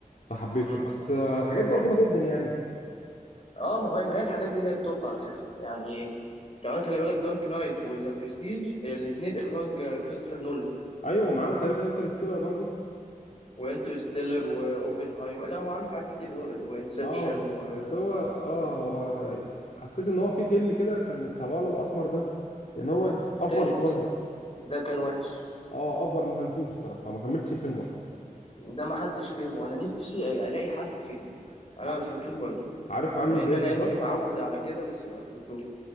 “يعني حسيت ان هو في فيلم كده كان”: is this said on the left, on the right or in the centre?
Left